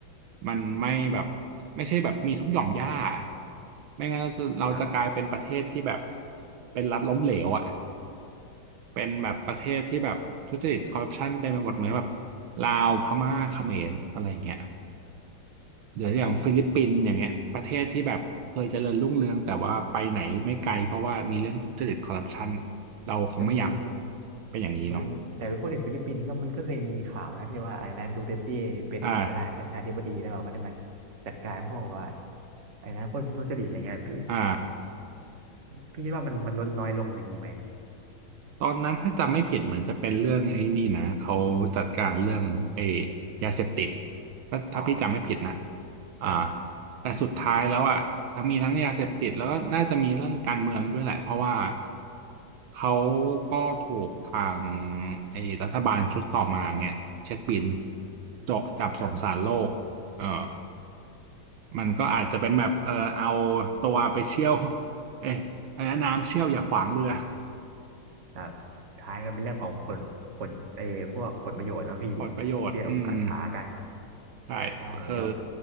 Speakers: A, on the right; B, on the right.
A: มันไม่แบบไม่ใช่แบบมีทุกหย่อมหญ้าไม่งั้นเราจะเราจะกลายเป็นประเทศที่แบบ
B: ครับ
A: เป็นรัฐล้มเหลวอ่ะเป็นแบบประเทศที่แบบทุจริตคอร์รัปชันเต็มไปหมดเหมือนแบบลาวพม่าเขมรอะไรอย่างเงี้ย หรืออย่างฟิลิปปินส์อย่างเงี้ยประเทศที่แบบเคยเจริญรุ่งเรืองแต่ว่าไปไหนไม่ไกลเพราะว่ามีเรื่องทุจริตคอร์รัปชัน
B: ครับผม
A: เราคงไม่อยาก
B: แต่เหมือน
A: เป็นอย่างนี้เนาะ
B: เหมือนแต่ไปพูดถึงฟิลิปปินส์ก็มันก็เคยมีข่าวนะที่ว่าไอ้นายดูเตอร์เต้เป็นประธานาธิบดีแล้วเขาจะมา
A: อ่า
B: จัดการพวกว่าไอ้นะพวกทุจริตอะไรเงี้ยพี่
A: อ่า
B: พี่คิดว่ามันมันลดน้อยลงอะไรเงี้ยไหม
A: ตอนนั้นถ้าจำไม่ผิดเหมือนจะเป็นเรื่องไอ้นี่นะเขาจัดการเรื่องไอ้ยาเสพติดถ้าถ้าพี่จำไม่ผิดนะ
B: อ๋อ
A: อ่า
B: ครับ
A: แต่สุดท้ายแล้วอ่ะทั้งมีทั้งยาเสพติดแล้วก็น่าจะมีเรื่องการเมืองด้วยแหละเพราะว่าเขาก็ถูกทางไอ้รัฐบาลชุดต่อมาเนี่ยเช็คบินเจาะจับส่งสารโลกเออ
B: ครับ
A: มันก็อาจจะเป็นแบบเออเอาตัวไปเชี่ยวเอ๊ะอะไรนะน้ำเชี่ยวอย่าขวางเรือ
B: ครับท้ายก็เป็นเรื่องของผลผลเออพวกผลประโยชน์เนาะพี่
A: <laughs> ผลประโยชน์อืม
B: เดี๋ยวขัดขากัน
A: ใช่คือ
B: ใช่เดี๋ยว